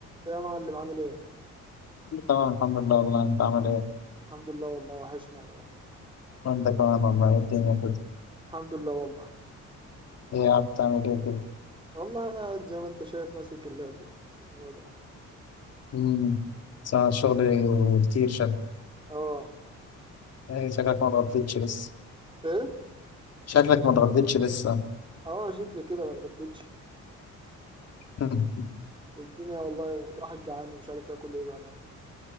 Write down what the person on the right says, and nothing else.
يا معلم عامل ايه؟
الحمد لله والله وحشنا يا جدع
الحمد لله والله
والله قاعد زي ما انت شايف ماسك اللاب شغال يعني
اه
ايه؟
اه شكلي كده ما اتغديتش
الدنيا والله الواحد جعان ومش عارف ياكل ايه بقى أنا.